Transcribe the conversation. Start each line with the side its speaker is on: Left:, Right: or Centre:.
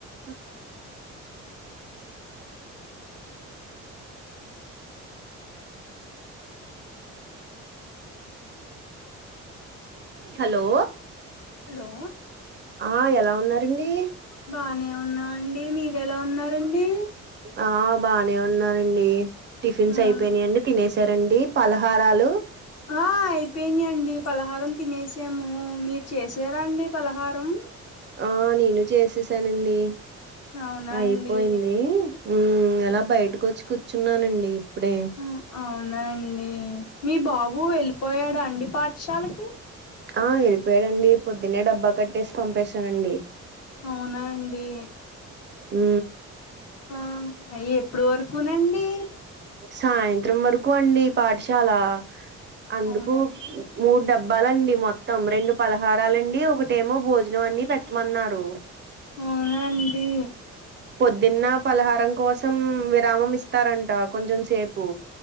Right: మ్ hello
Left: hello
Right: ఆ ఎలా ఉన్నారండి
Left: బానే ఉన్నామండి మీరెలా ఉన్నారండి
Right: ఆ బానే ఉన్నానండి టిఫిన్స్
Left: అవును
Right: అయిపోయినాయండి, తినసారండి? పలహారాలు
Left: ఆ అయిపోయినాయండీ పలహారం తినేసాము మీరు చేసారా అండి పలహారం?
Right: ఆ నేను చేసేసానండి
Left: అవునా
Right: అయిపోయింది.
Left: అండి
Right: మ్ అలా బయటికి వచ్చి కూర్చున్నానండి ఇప్పుడే
Left: మ్ అవునా అండి మీ బాబు వెళ్ళిపోయాడా అండి పాఠశాలకి?
Right: ఆ వెళ్ళిపోయాడండి పొద్దునేే డబ్బా కట్టేసి పంపేశానండి
Left: అవునా అండి
Right: ఉ
Left: ఆ ఎప్పుడు వరకునండి
Right: సాయంత్రం వరకు అండి పాఠశాల అందుకు
Left: అవునండి
Right: మూడు డబ్బాలండి మొత్తం రెండు పలహారాలండి ఒకటేమో భోజనం అండి పెట్టమన్నారు
Left: అవునా అండి
Right: పొద్దున్న పలహారం కోసం విరామం ఇస్తారంట కొంచెం సేపు